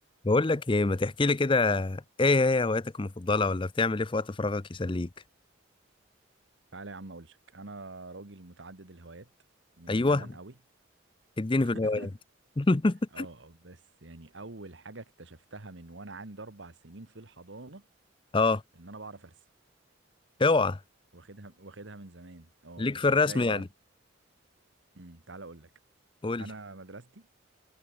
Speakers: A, on the left; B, on the right.
A: بقول لك ايه ما تحكي لي كده ايه هي هواياتك المفضله ولا بتعمل ايه في وقت فراغك يسليك
B: تعالى يا عم اقول لك انا راجل متعدد الهوايات من
A: ايوه
B: زمان قوي
A: اديني
B: <laughs>
A: في الهوايات <laughs>
B: اه بس يعني اول حاجه اكتشفتها من وانا عندي اربع سنين في الحضانه
A: اه
B: ان انا بعرف ارسم
A: اوعى
B: واخدها واخدها من زمان اه آه.
A: ليك في الرسم
B: ازاي
A: يعني
B: بقى امم تعالى اقول لك
A: قول
B: انا
A: لي
B: مدرستي